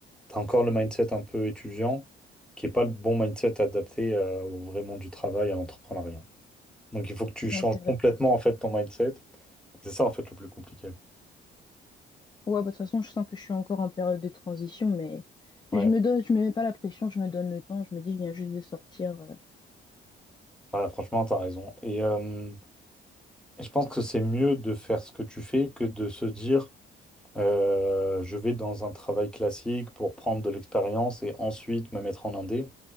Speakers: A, in the centre; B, on the left.
A: T'as encore le mindset un peu étudiant, qui est pas le bon mindset adapté euh, au vrai monde du travail, à l'entrepreneuriat. Donc il faut que tu changes
B: Ouais, c'est vrai.
A: complètement en fait ton mindset. C'est ça en fait le plus compliqué.
B: Ouais, bah, de toute façon, je sens que je suis encore en période de transition, mais,
A: Ouais,
B: mais je me donne, je me mets pas la pression, je me donne le temps, je me dis je viens juste de sortir. euh.
A: voilà, franchement, t'as raison. Et euh, je pense que c'est mieux de faire ce que tu fais que de se dire euh, je vais dans un travail classique pour prendre de l'expérience et ensuite me mettre en indé.